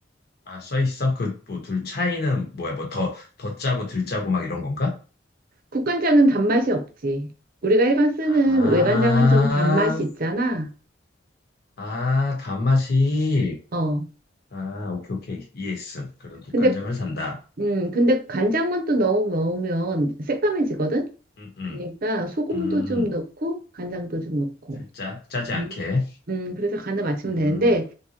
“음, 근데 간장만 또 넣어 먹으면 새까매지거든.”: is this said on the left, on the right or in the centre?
Right